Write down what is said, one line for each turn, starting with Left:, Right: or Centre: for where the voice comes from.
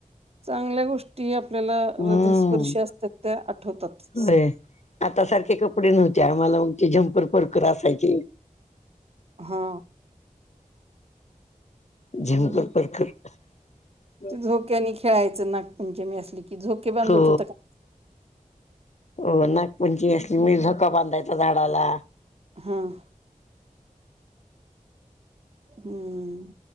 Right: चांगल्या गोष्टी आपल्याला
Left: हम्म
Right: हृदयस्पर्शी असतात त्या आठवतातच
Left: होय आता सारखे कपडे नव्हते आम्हाला ते झम्पर परकर असायचे.
Right: हा.
Left: झिमकर
Right: हं.
Left: परकर <unintelligible>
Right: झोक्याने खेळायच नागपंचमी असली की झोके बांधत
Left: हो
Right: होत का
Left: हो नागपूंची असली मी झोका बांधायचा झाडाला
Right: हम्म. हम्म.